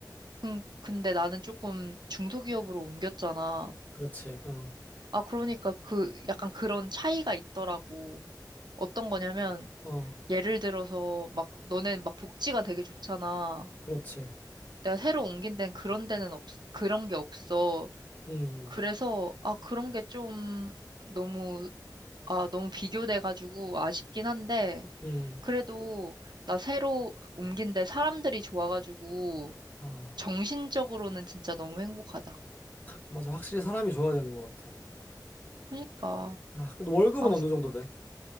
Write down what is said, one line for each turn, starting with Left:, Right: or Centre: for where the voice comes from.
Right: 근- 근데 나는 조금 중소기업으로 옮겼잖아.
Left: 그렇지. 어.
Right: 아, 그러니까 그 약간 그런 차이가 있더라고. 어떤 거냐면
Left: 어.
Right: 예를 들어서 막 너넨 막 복지가 되게 좋잖아.
Left: 그렇지.
Right: 내가 새로 옮긴 데는 그런 데는 없, 그런 게 없어.
Left: 음,
Right: 그래서 아, 그런 게 좀 너무 아, 너무 비교돼가지고 아쉽긴 한데
Left: 음.
Right: 그래도 나 새로 옮긴 데 사람들이 좋아가지고
Left: 아,
Right: 정신적으로는 진짜 너무 행복하다.
Left: 맞아. 확실히 사람이 좋아야 되는 것 같아.
Right: 그러니까.
Left: 아, 근데 월급은
Right: 아,
Left: 어느 정도 돼?